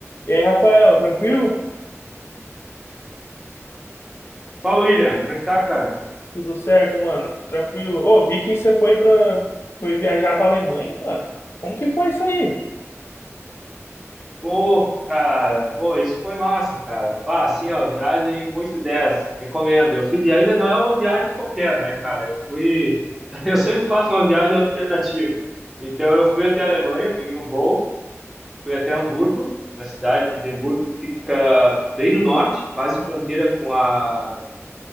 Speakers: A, on the left; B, in the centre.
A: E aí, Rafael, tranquilo?
B: Fala, William, como é que tá, cara?
A: Tudo certo, mano? Tranquilo. Ô, vi que você foi pra... foi viajar pra Alemanha, mano. Como que foi isso aí?
B: Pô, cara, pô, isso foi massa, cara. Pá, assim, ó, viagem muito 10, recomendo. Eu fiz, e ainda não é uma viagem qualquer, né, cara? Eu fui, <laughs> eu sempre faço uma viagem alternativa. Então, eu fui até a Alemanha, peguei um voo, fui até Hamburgo, na cidade de Hamburgo, que fica bem no norte, quase fronteira com a.